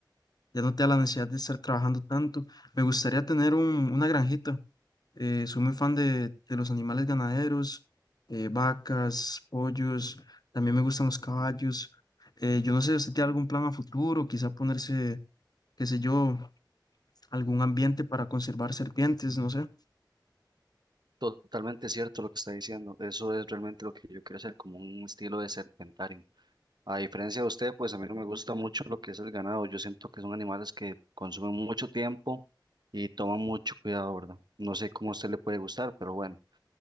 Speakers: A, on the left; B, on the right.
A: ya no tenga la necesidad de estar trabajando tanto, me gustaría tener un- una granjita. Eh, soy muy fan de, de los animales ganaderos, eh, vacas, pollos, también me gustan los caballos. Eh, yo no sé, ¿usted tiene algún plan a futuro? Quizá ponerse, qué sé yo, algún ambiente para conservar serpientes, no sé.
B: Totalmente cierto lo que está diciendo. Eso es realmente lo que yo quiero hacer, como un estilo de serpentario. A diferencia de usted, pues a mí no me gusta mucho lo que es el ganado. Yo siento que son animales que consumen mucho tiempo y toman mucho cuidado, ¿verdad? No sé cómo a usted le puede gustar, pero bueno.